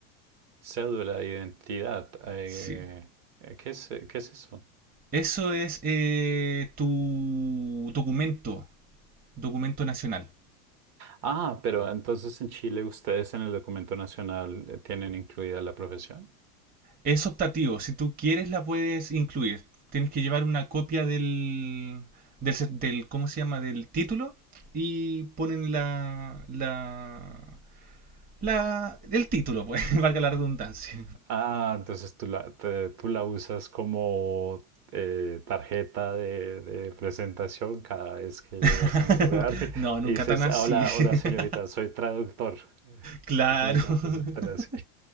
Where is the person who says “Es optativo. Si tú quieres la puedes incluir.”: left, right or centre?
Right